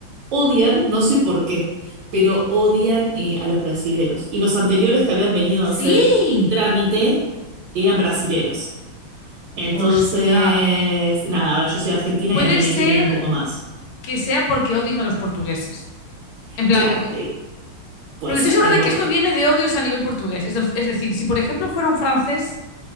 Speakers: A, on the right; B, on the left.
A: odian, no sé por qué, pero odian eh, a los brasileros. Y los anteriores que habían venido a hacer
B: Sí.
A: este trámite eran brasileros. Entonces,
B: Hostia.
A: nada, ahora yo soy argentina
B: Puede
A: y a mí me
B: ser
A: quieren un poco más.
B: que sea porque odien a los portugueses. En plan,
A: Claro, eh, puede
B: porque
A: ser,
B: estoy segura
A: es
B: de
A: muy
B: que
A: probable.
B: esto viene de odios a nivel portugués. Es, es decir, si por ejemplo fuera un francés...